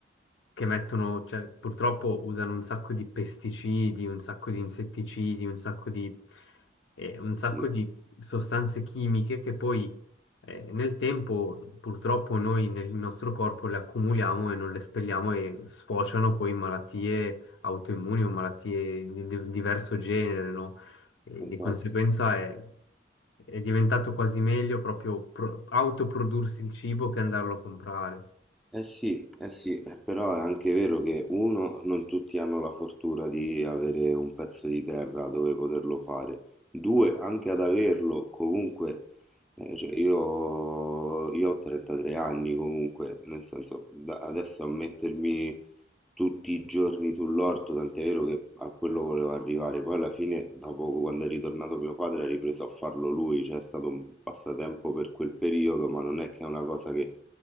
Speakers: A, on the left (about 80°); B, in the centre.
A: che mettono, cioè purtroppo usano un sacco di pesticidi, un sacco di insetticidi, un sacco di, eh, un sacco
B: sì,
A: di sostanze chimiche che poi eh, nel tempo purtroppo noi nel nostro corpo le accumuliamo e non le espelliamo e sfociano poi in malattie autoimmuni o malattie di di diverso genere, no? E
B: esatto.
A: di conseguenza è è diventato quasi meglio proprio pro- autoprodursi il cibo che andarlo a comprare.
B: Eh sì, eh sì, eh, però è anche vero che uno, non tutti hanno la fortuna di avere un pezzo di terra dove poterlo fare. Due, anche ad averlo, comunque, eh, cioè io, io ho 33 anni comunque, nel senso, da- adesso a mettermi tutti i giorni sull'orto, tant'è vero che a quello volevo arrivare. Poi alla fine, dopo quando è ritornato mio padre, ha ripreso a farlo lui, cioè è stato un passatempo per quel periodo, ma non è che è una cosa che